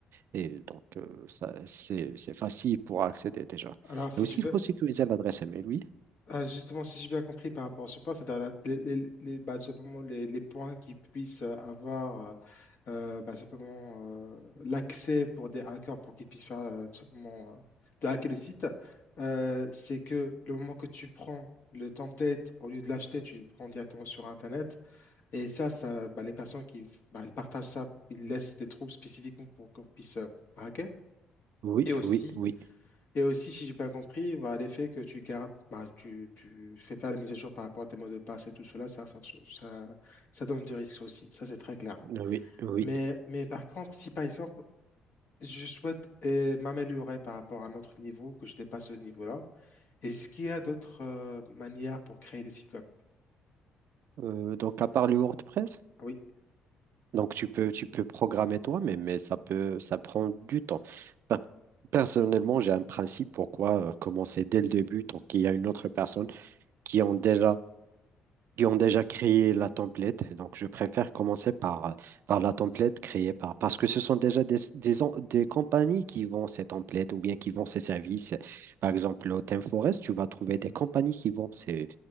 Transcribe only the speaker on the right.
Et donc, euh, ça, c'est, c'est facile pour accéder déjà.
Et aussi,
il faut sécuriser l'adresse email, oui.
Oui,
oui, oui,
oui, oui.
Euh, donc, à part le WordPress,
donc tu peux, tu peux programmer toi, mais, mais ça peut, ça prend du temps. Ben, personnellement, j'ai un principe pourquoi euh, commencer dès le début, tant qu'il y a une autre personne qui ont déjà qui ont déjà créé la template. Donc, je préfère commencer par, euh, par la template créée par, parce que ce sont déjà des, des, en- des compagnies qui vendent ces templates ou bien qui vendent ces services. Par exemple, au ThemeForest, tu vas trouver des compagnies qui vendent ces,